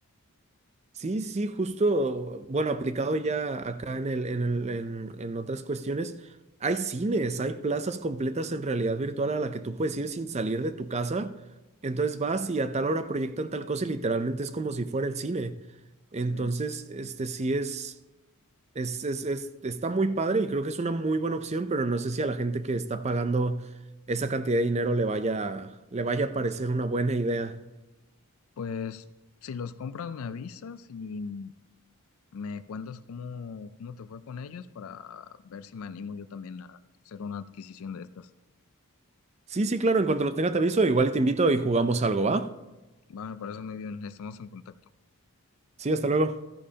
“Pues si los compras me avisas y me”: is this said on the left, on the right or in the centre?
Left